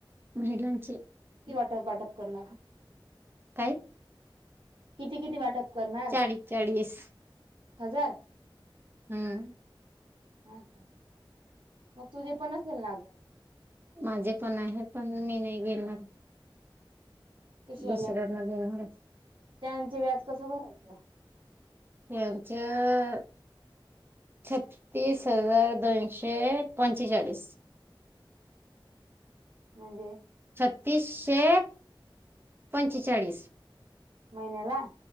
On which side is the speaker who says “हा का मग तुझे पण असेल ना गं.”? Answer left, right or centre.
Right